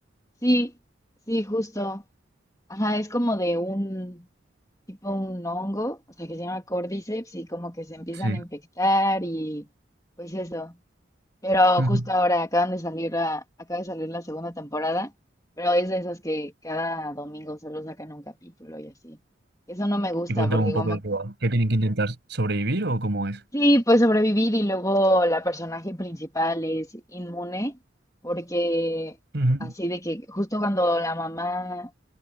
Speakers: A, on the left; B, on the right.
A: Sí, sí, justo. Ajá, es como de un tipo un hongo, o sea, que se llama Cordyceps y como que se empiezan
B: Sí.
A: a infectar y pues eso. Pero
B: Ujú.
A: justo ahora acaban de salir la, acaba de salir la segunda temporada, pero es de esas que cada domingo solo sacan un capítulo y así. Eso no me gusta
B: Y cuéntame
A: porque
B: un poco
A: como
B: de qué va. ¿Qué tienen que intentar? ¿Sobrevivir o cómo es?
A: Sí, pues sobrevivir y luego la personaje principal es inmune, porque
B: Ujú.
A: así de que justo cuando la mamá